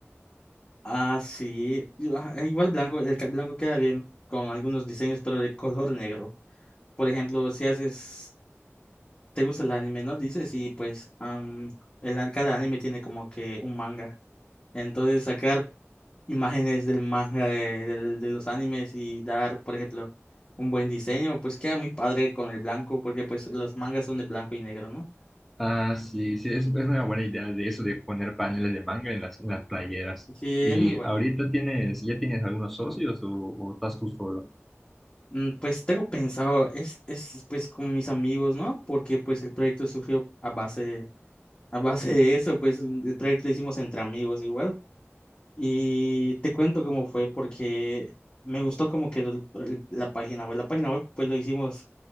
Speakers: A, on the left (about 35°); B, in the centre.
A: Ah, sí, yo- ah, igual blanco, el ca- blanco queda bien con algunos diseños pero de color negro. Por ejemplo, si haces ¿Te gusta el anime, no? Dices, y pues am, el, an- cada anime tiene como que un manga. Entonces sacar imágenes del manga de, del- de los animes y dar, por ejemplo, un buen diseño, pues queda muy padre con el blanco, porque pues los mangas son de blanco y negro, ¿no?
B: Ah, sí, sí, es, es una buena idea de eso de poner paneles de manga en las, en las playeras.
A: Sí,
B: ¿Y
A: es muy bueno.
B: ahorita tienes, ya tienes algunos socios o, o estás tú solo?
A: Mm, Pues tengo pensado, es, es pues con mis amigos, ¿no? Porque pues el proyecto surgió a base, a base de eso, pues el proyecto lo hicimos entre amigos igual. Y te cuento cómo fue, porque me gustó cómo quedó el- el- la página web. La página web, pues lo hicimos